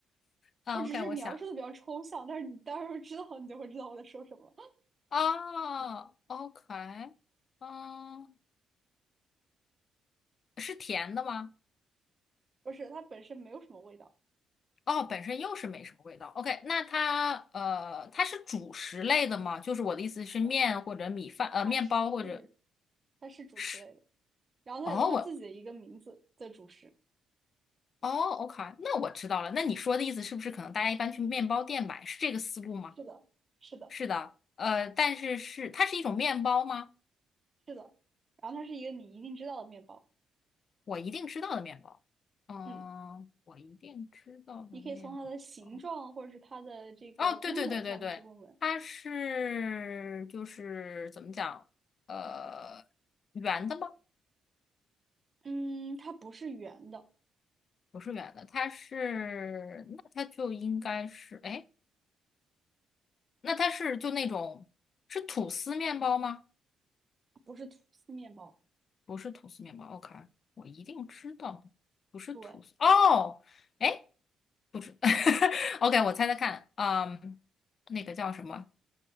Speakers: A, on the left; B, on the right.
A: 啊，OK，
B: 我只是描述的比较抽象，
A: 我想
B: 但是你到时候知道你就会知道我在说什么了。
A: 啊，OK，嗯、是甜的吗？
B: 不是，它本身没有什么味道，
A: 哦，本身又是没什么味道。OK，那它呃，它是主食类的吗？就是我的意思是面或者米饭，
B: 是的，
A: 呃，面包或者
B: 它是它是主食类的，
A: 是
B: 然后它有它自己的一个名字的主食，
A: 哦，我哦，OK，那我知道了。那你说的意思是不是可能大家一般去面包店买，是这个思路吗？
B: 是的，是的，
A: 是的，呃，但是是它是一种面包吗？
B: 是的，然后它是一个你一定知道的面包，
A: 我一定知道的面包，嗯，
B: 嗯，
A: 我一定知道的面包。
B: 你可以从它的形状或者是它的这个功能上面去问问，
A: 哦，对对对对对，它是就是怎么讲？呃，圆的吗？
B: 嗯，它不是圆的。
A: 不是圆的，它是那它就应该是哎，那它是就那种是吐司面包吗？
B: 不是吐司面包，
A: 不是吐司面包，OK，我一定知道的，不是吐司哦，
B: 对，
A: 哎，不知 <laughs>，OK，我猜猜看，嗯，那个叫什么？